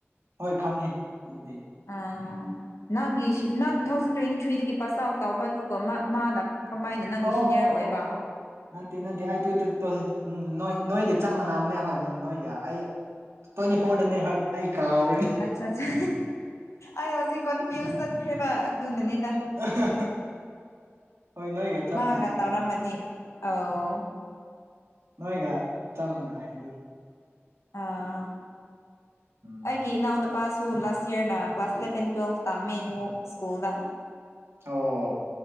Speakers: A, on the right; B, on the left.
A: ꯍꯣꯏ ꯈꯪꯉꯦ ꯑꯗꯨꯗꯤ
B: ꯑꯥ ꯅꯪꯒꯤ ꯁꯤꯠ ꯅꯪ ꯇꯨꯊꯥꯎꯖꯟ ꯇ꯭ꯋꯦꯟꯇꯤ ꯊ꯭ꯔꯤꯗꯒꯤ ꯄꯥꯁ ꯑꯥꯎꯠ ꯇꯧꯕ ꯑꯗꯨꯒꯥ ꯃꯥ ꯃꯥꯅ ꯀꯃꯥꯏꯅ ꯅꯪꯒꯤ
A: ꯑꯣ ꯑꯣ
B: ꯁꯤꯅꯤꯌꯔ ꯑꯣꯏꯕ
A: ꯑꯣ ꯑꯣ ꯑꯣ ꯅꯠꯇꯦ ꯅꯠꯇꯦ ꯑꯩ ꯇꯨ ꯇꯨ <unintelligible> ꯎꯝ ꯅꯣꯏ ꯅꯣꯏꯒ ꯆꯞ ꯃꯥꯟꯅꯕꯅꯦ ꯍꯣꯏ ꯅꯣꯏꯒ ꯑꯩ ꯇ꯭ꯋꯦꯟꯇꯤ ꯐꯣꯔ ꯗꯅꯦ ꯍꯣꯏ ꯑꯩ ꯀꯥꯎꯔꯦꯅꯦ
B: ꯑꯠꯆꯥꯆꯥ ꯑꯩ ꯍꯧꯖꯤꯛ ꯀꯟꯐ꯭ꯌꯨꯁ ꯆꯠꯈ꯭ꯔꯦꯕ ꯑꯗꯨꯅꯅꯤꯗ
A: <unintelligible> ꯍꯣꯏ ꯅꯣꯏꯒ ꯆꯞ
B: ꯃꯥꯒ
A: ꯃꯥꯟꯅꯕꯅꯦ
B: ꯇꯧꯔꯝꯃꯗꯤ
A: ꯍꯣꯏ
B: ꯑꯣ
A: ꯅꯣꯏꯒ ꯆꯞ ꯃꯥꯟꯅꯩꯑꯦ ꯑꯗꯨ
B: ꯑꯥ
A: ꯎꯝ
B: ꯑꯩꯒꯤ ꯏꯅꯥꯎꯅꯨ ꯄꯥꯁꯨ ꯂꯥꯁ ꯏꯌꯔꯅ ꯀ꯭ꯂꯥꯁ ꯏꯂꯕꯦꯟ ꯇꯨꯌꯦꯜꯐ ꯇꯝꯃꯦ ꯑꯗꯨ ꯁ꯭ꯀꯨꯜꯗ
A: ꯑꯣ